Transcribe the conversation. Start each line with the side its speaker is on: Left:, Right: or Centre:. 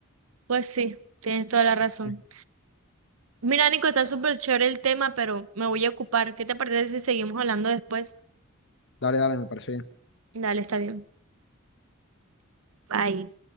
Right: Pues sí, tienes toda la razón.
Left: <laughs>
Right: Mira, Nico, está súper chévere el tema, pero me voy a ocupar. ¿Qué te parece si seguimos hablando después?
Left: Dale, dale, me parece bien.
Right: Dale, está bien. Bye.